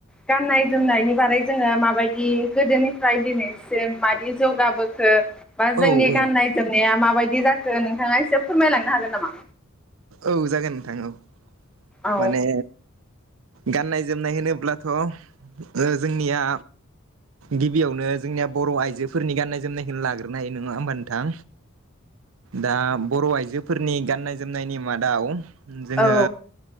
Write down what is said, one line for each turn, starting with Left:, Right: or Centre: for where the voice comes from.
Centre: गाननाय, जोमनायनि बारै जोङो माबायदि गोदोनिफ्राय दिनैसिम मादि जौगाबोखो बा
Right: औ
Centre: जोंनि
Right: औ
Centre: गाननाय जोमनाया माबाय दि जाखो नोंथाङा एसे फोरमायलांनो हागोन नामा?
Right: औ जागोन नोंथां औ।
Centre: औ
Right: माने गाननाय जोमनाय होनोब्लाथ' ओ जोंनिया गिबियावनो जोंनिया बर' आइजोफोरनि गाननाय जोमनायखौ लाग्रोनो हायो नङा होमबा नोंथां? दा बर' आइजोफोरनि गाननाय जोमनायनि मादाव जोङो
Centre: औ